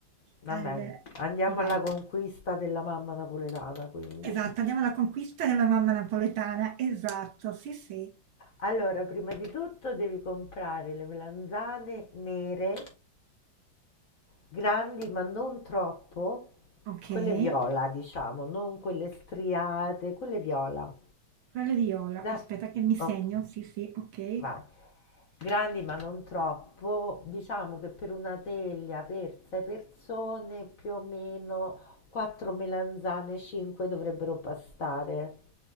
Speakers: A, on the left (about 50°); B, on the right (about 75°).
A: va
B: al...
A: bene. Andiamo
B: Sì, dai.
A: alla conquista della mamma napoletana, quindi.
B: Esatto,
A: <laughs>
B: andiamo alla conquista della mamma napoletana, esatto, sì, sì,
A: Allora, prima di tutto devi comprare le melanzane nere, grandi ma non troppo,
B: okay.
A: quelle viola, diciamo, non quelle striate, quelle viola.
B: Quelle di Iola,
A: Da-
B: aspetta che mi segno,
A: ok.
B: sì, sì, okay.
A: Vai. Grandi ma non troppo, diciamo che per una teglia per 6 persone più o meno 4 melanzane, 5 dovrebbero bastare.